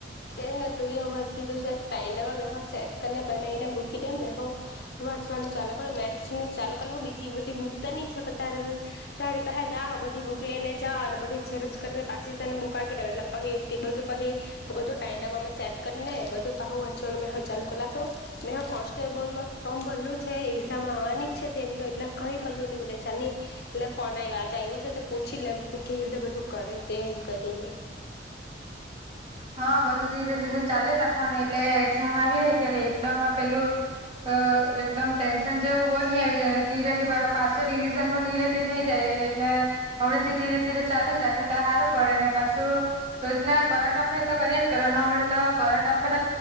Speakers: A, on the left; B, on the right.
A: તેને તું એ હમના ખીધું છે ટાઈ મેહ સેટ કરીને બનાવીને મૂકી દેમ મે હો. વાંચવાનું ચાલ કરું મેસ નું ચાલ કરલું બીજી બધી બુક તો ની છપતારું. તારી પાહે મે આવા થી બુક લઈને જવા અને બધી ઝરજ કરીને પાછી તન બુક આપી દે એટલે પછી બધું પહી બધું ટાઈમ ડબમે સેટ કરી ને બધું પહુ વાચો મે હુ ચાલુ કલ લખું મે કોન્સ્ટેબલમાં ફોમ ભરલું છે એઝામવાની જ છે તેની હોય એટલે કઈ કરલું નઈટલે ચાલ એટલે ફોન આવી આજે તો પૂછી લેમ તું કેવી રીતે બધું કરે તેમમ કરીને.
B: હા બધું ધીરે ધીરે ચાલે રાખવાનું એટલે એક્ઝામ આવી રહી ત્યારે એકદમ પેલું. અ એકદમ ટેન્શન જેવું બની આવી જાય ધીરેથી પાસે રિવિઝન ધીરેથી થઇ જાય. એટલે હવેથી ધીરે ધીરે ચાલુ જ રાખે તો સારું પડે ને પાછું રોજના કરટ અફે તો કરીએ જ કરે ન આ વડે તો કરંટ અફેર